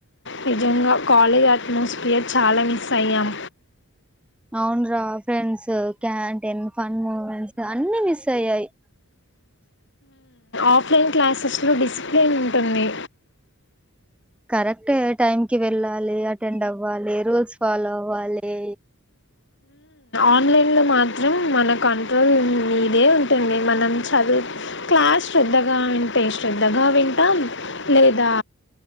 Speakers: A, on the left; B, in the centre.
A: నిజంగా కాలేజ్ అట్మాస్ఫియర్ చాలా మిస్ అయ్యాం
B: అవును రా ఫ్రెండ్స్ క్యాంటీన్ ఫన్ మూమెంట్స్ అన్నీ మిస్ అయ్యాయి
A: ఆఫ్లైన్ క్లాసెస్లో డిసిప్లిన్ ఉంటుంది
B: కరెక్టే టైంకి వెళ్ళాలి అటెండ్ అవ్వాలి రూల్స్ ఫాలో అవ్వాలి
A: ఆన్లైన్లో మాత్రం మన కంట్రోల్ మీదే ఉంటుంది మనం చదువు క్లాస్ శ్రద్ధగా వింటే శ్రద్ధగా వింటాం లేదా